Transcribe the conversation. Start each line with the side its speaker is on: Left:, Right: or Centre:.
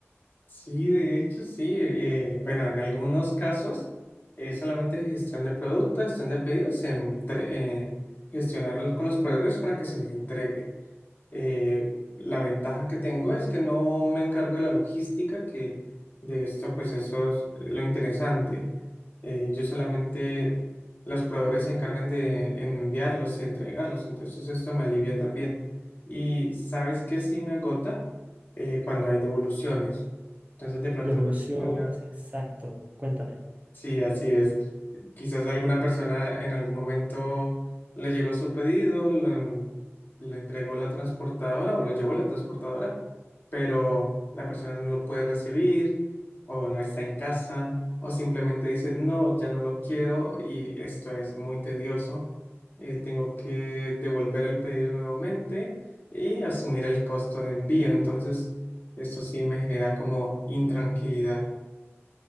Left: Sí, de hecho, sí. eh, bueno, en algunos casos es solamente gestión de productos, gestión de pedidos, entre- eh, gestionar con los proveedores para que se les entregue. Eh, la ventaja que tengo es que no me encargo de la logística, que de esto pues eso es lo interesante. Eh, yo solamente, los proveedores se encargan de enviarlos y entregarlos, entonces esto me alivia también. Y sabes que sí me agota Eh, cuando hay devoluciones. Entonces de pronto
Right: De evoluciones,
Left: una persona
Right: exacto. Cuéntame.
Left: Sí, así es. Quizás alguna persona en algún momento le llegó su pedido, lo, lo entregó la transportadora o lo llevó la transportadora, pero la persona no lo puede recibir o no está en casa o simplemente dice, no, ya no lo quiero y esto es muy tedioso. Eh, tengo que devolver el pedido nuevamente y asumir el costo de envío. Entonces, esto sí me genera como intranquilidad.